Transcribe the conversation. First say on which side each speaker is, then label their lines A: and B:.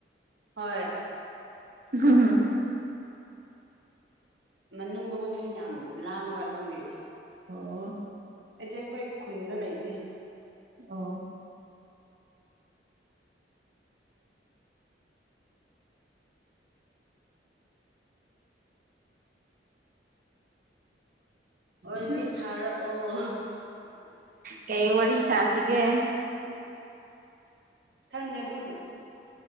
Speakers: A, on the right; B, on the right.
A: ꯍꯣꯏ
B: ꯍꯝꯝ
A: ꯃꯅꯨꯡꯗꯕꯨ ꯃꯤ ꯌꯥꯝ ꯂꯥꯡꯕ ꯑꯗꯨꯒꯤ
B: ꯑꯣ
A: ꯑꯩꯗꯤ ꯑꯩꯈꯣꯏ ꯈꯨꯟꯗ ꯂꯩꯇꯦ
B: ꯑ ꯎꯝ
A: ꯋꯥꯔꯤ ꯁꯥꯔꯛꯑꯣ
B: ꯀꯩ ꯋꯥꯔꯤ ꯋꯥꯔꯤ ꯁꯥꯁꯤꯒꯦ
A: ꯈꯪꯗꯦ ꯑꯗꯨꯝ